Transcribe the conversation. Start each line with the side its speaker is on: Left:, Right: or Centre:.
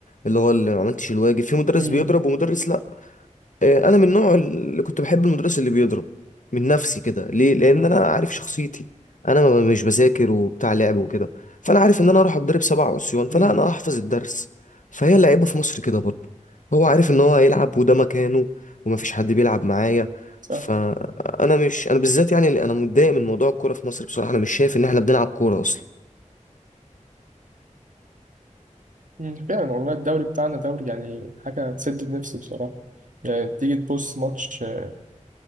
Left: اللي هو اللي ما عملتش الواجب في مدرس
Right: مم.
Left: بيضرب ومدرس لا آه، انا من النوع اللي كنت بحب المدرس اللي بيضرب من نفسي كده ليه لان انا عارف شخصيتي انا ما- مش بذاكر وبتاع لعب وكده فانا عارف ان انا اروح اتضرب سبع عصيان فلا
Right: مم.
Left: انا احفظ الدرس فهي اللعيبه في مصر كده برضه هو عارف ان هو هيلعب وده مكانه ومفيش حد بيلعب معايا
Right: صح
Left: فانا مش انا بالذات يعني اللي انا متضايق من موضوع الكوره في مصر بصراحه انا مش شايف ان احنا بنلعب كوره اصلا
Right: مم. فعلا والله الدوري بتاعنا دوري يعني حاجة تسد النفس بصراحة يعني تيجي تبص ماتش آه،